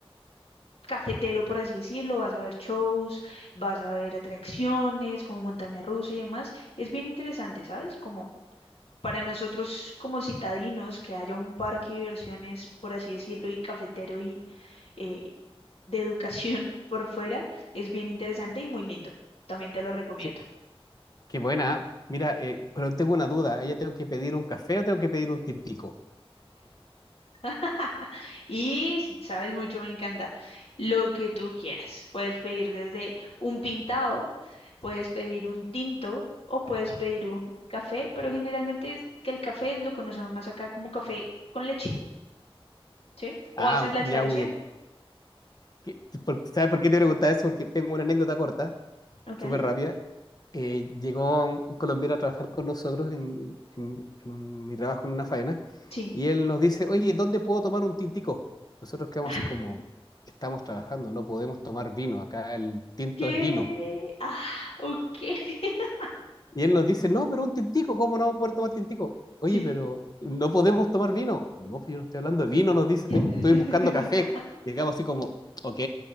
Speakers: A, on the left; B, on the left.
A: cafetero, por así decirlo, vas a ver shows, vas a ver atracciones como montaña rusa y demás. Es bien interesante, ¿sabes? Como para nosotros como citadinos, que haya un parque de diversiones, por así decirlo, y cafetero y eh, de educación <laughs> por fuera, es bien interesante y muy lindo. También te lo recomiendo.
B: ¿Qué, Qué buena. Mira, eh, pero tengo una duda. ¿Ella tengo que pedir un café o tengo que pedir un tintico?
A: <laughs> Y sabes mucho, me encanta. Lo que tú quieras. Puedes pedir desde un pintado, puedes pedir un tinto o puedes pedir un café, pero generalmente es que el café lo conocemos más acá como café con leche, ¿sí? O
B: Ah,
A: haces la aclaración,
B: ya muy bien. ¿Qué- por- ¿Sabes por qué te preguntaba eso? Porque tengo una anécdota corta,
A: ¿ok?
B: súper rápida. Eh, llegó un, un colombiano a trabajar con nosotros en, en- en- en un- mi trabajo en una faena
A: Sí.
B: y él nos dice, oye, ¿dónde puedo tomar un tintico? Nosotros quedamos
A: <laughs>
B: así como, estamos trabajando, no podemos tomar vino, acá el tinto
A: ¿Qué?
B: es vino.
A: Ah, ok. <laughs>
B: Y él nos dice, no, pero un tintico, ¿cómo no vamos a poder tomar tintico? Oye,
A: Sí.
B: pero no podemos tomar vino. No, pero yo no estoy hablando de vino, nos dice,
A: <laughs>
B: estoy, estoy buscando café. Y acabo así como, ok.